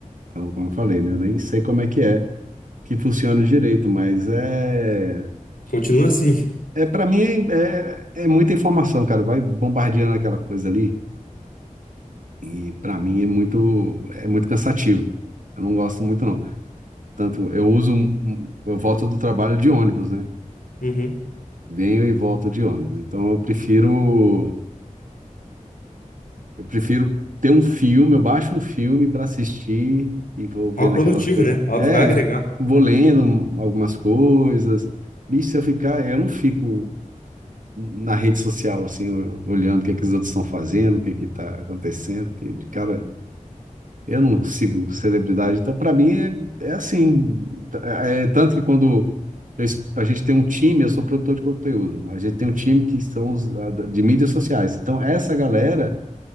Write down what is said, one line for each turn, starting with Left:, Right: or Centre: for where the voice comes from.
Right: Então, como eu falei, né? Eu nem sei como é que é, que funciona direito, mas é.
Left: Continua assim.
Right: É, para mim, é, é é muita informação, cara. Vai bombardeando aquela coisa ali. E para mim é muito, é muito cansativo. Eu não gosto muito, não. Tanto eu uso, um- um- eu volto do trabalho de ônibus, né?
Left: Uhum.
Right: venho e volto de ônibus. Então eu prefiro eu prefiro ter um filme, eu baixo um filme para assistir e vou vendo
Left: Algo produtivo,
Right: aquelas coisas.
Left: né? Algo
Right: É,
Left: que vai agregar,
Right: vou lendo algumas coisas. Bicho, se eu ficar, eu não fico na rede social assim, ol- olhando o que é que os outros estão fazendo, o que é que tá acontecendo, porque, cara, Eu não sigo celebridade, então para mim é, é assim. T- É, tanto que quando eu es- a gente tem um time, eu sou produtor de conteúdo, a gente tem um time que são os, a, da- de mídias sociais. Então essa galera